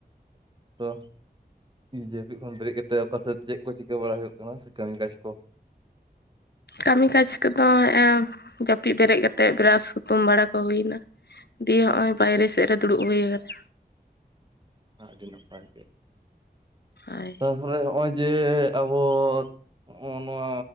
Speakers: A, on the right (about 30°); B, on the left (about 80°).
A: <inaudible> ᱛᱚ ᱡᱟᱹᱯᱤᱫ ᱠᱷᱚᱱ ᱵᱮᱨᱮᱫ ᱠᱟᱛᱮᱫ ᱚᱠᱟ ᱥᱮᱫ ᱪᱮᱫ ᱠᱚ ᱪᱤᱠᱟᱹ ᱵᱟᱲᱟ ᱦᱩᱭᱩᱜ ᱠᱟᱱᱟ ᱠᱟᱹᱢᱤ ᱠᱟᱡᱽ ᱠᱚ᱾
B: ᱠᱟᱹᱢᱤ ᱠᱟᱡᱽ ᱠᱚᱫᱚ ᱦᱮᱸᱜ ᱮᱢ ᱡᱟᱹᱯᱤᱫ ᱵᱮᱨᱮᱫ ᱠᱟᱛᱮᱫ ᱵᱨᱟᱥ ᱦᱩᱛᱩᱢ ᱵᱟᱲᱟ ᱠᱚ ᱦᱩᱭ ᱮᱱᱟ᱾ ᱫᱤᱭᱮ ᱦᱚᱸᱜ-ᱚᱭ
A: ᱦᱮᱸ
B: ᱵᱟᱭᱨᱮ ᱥᱮᱫ ᱨᱮ ᱫᱩᱲᱩᱵ ᱦᱩᱭ ᱟᱠᱟᱱᱟ᱾
A: ᱟᱦ ᱟᱹᱰᱤ ᱱᱟᱯᱟᱭ ᱜᱮ᱾
B: ᱦᱳᱭ
A: ᱛᱟᱨᱯᱚᱨᱮ ᱱᱚᱜ-ᱚᱭ ᱡᱮ ᱟᱵᱚ ᱱᱚᱜ ᱱᱚᱣᱟ